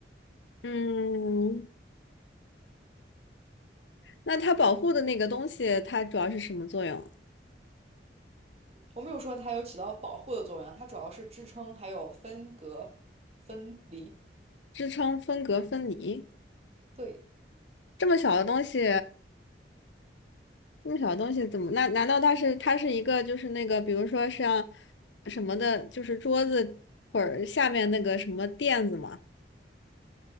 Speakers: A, on the left; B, on the right.
A: 嗯，那它保护的那个东西，它主要是什么作用？
B: 我没有说它有起到保护的作用啊它主要是支撑还有分隔、分离。
A: 支撑分隔分离。
B: 对。
A: 这么小的东西，这么小的东西怎么？那难道它是它是一个就是那个，比如说像什么的，就是桌子或者下面那个什么垫子吗？